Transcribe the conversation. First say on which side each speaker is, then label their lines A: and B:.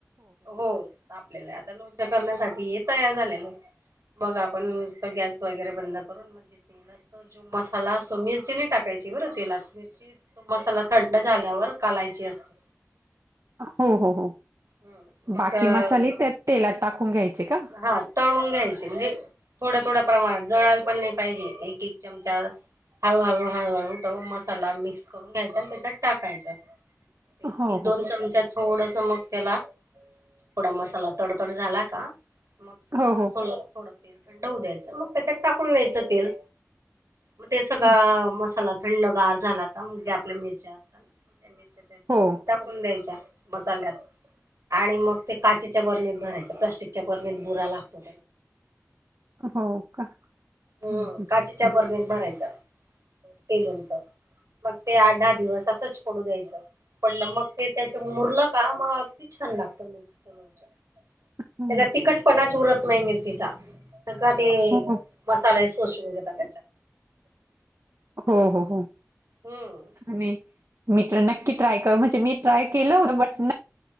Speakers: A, on the right (about 80°); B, on the right (about 60°).
A: हो. आपल्याला आता लोणच करण्यासाठी हे तयार झालेलं आहे मग आपण गॅस <inaudible> वगैरे बंद करून म्हणजे तेल असतो जो मसाला असतो मिरची नाही टाकायची बर तेलात मिरची. मसाला थंड झाल्यावर कालायची असते.
B: हो हो हो
A: हम्म
B: बाकी
A: मग
B: मसाले
A: तो
B: त्यात तेलात टाकून घ्यायचे का.
A: हा तळून घ्यायचे म्हणजे थोड्या थोड्या प्रमाणात जळाल पण नाही पाहिजे एक एक चमचा हळूहळू हळूहळू मसाला मिक्स करून घ्यायचा आणि त्याच्यात टाकायच. एक
B: हो, हो,
A: दोन चमच्यात थोडस मग त्याला थोडा मसाला तडतड झाला का मग
B: हो, हो,
A: थोड थोडं तेल थंड होऊ द्यायचं मग त्याच्यात टाकून द्यायचं तेल. मग ते सगळा
B: हं.
A: मसाला थंड गार झाला का जे आपल्या मिरच्या असतात ना त्या मिरच्या त्या.
B: होा.
A: टाकून द्यायच्या मसाल्यात आणि मग ते काचेच्या बरणीत भरायच्या प्लास्टिक. त्याच्या बरणीत बुरा लागतो.
B: हो का.
A: हम्म
B: हं, हं,
A: काचेच्या
B: हं.
A: बरणीत भरायच ते लोणचं मग ते आठ दहा दिवस असंच पडू द्यायचं. पण नमक ते त्याच मुरलं का मला अगदी छान लागतं मिचीचण. <unintelligible>
B: हो,
A: त्याचा तिखटपणाच उरत नाही मिरचीचा सगळ ते.
B: हो, हो,
A: मसाले शोषून घेतात.
B: हो हो हो.
A: हम्म
B: मी मी तर
A: हा
B: नक्की ट्राय कर म्हणते मी ट्राय केलं होत बट.